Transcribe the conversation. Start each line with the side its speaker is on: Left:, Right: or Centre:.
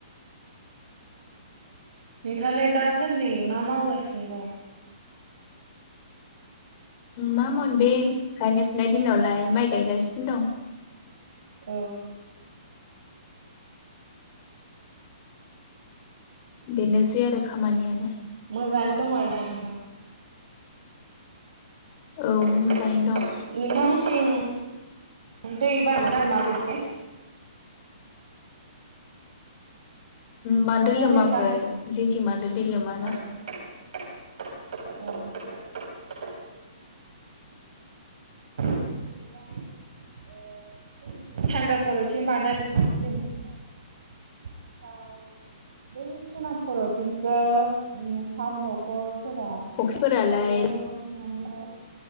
Right: नोंथाङालाय दासान्दै मा मावगासिनो दं?
Left: मामावनो बे गायनाय फुनाय दिनावलाय माइ गायगासिनो दं
Right: औ
Left: बेनोसै आरो खामानियानो
Right: मोजाङानो दं आरो ना नोंथां? नोंथांमोनिथिं
Left: औ मोजाङैनो दं
Right: <unintelligible>
Left: बानद्राय
Right: हो
Left: लोमाखै
Right: नोंथां
Left: जिंथिं बांद्राय दै लोमा
Right: ओ
Left: ना।
Right: <inaudible> उनदुनाय ओ जोंनि सानजा खर'थिं बानदाय थिं मानदाय ओमफाय बै सोनाब खर'थिंसो उम सत न'खर फोरा
Left: फुख्रिफोरालाय
Right: जोबोद न' सिङावनो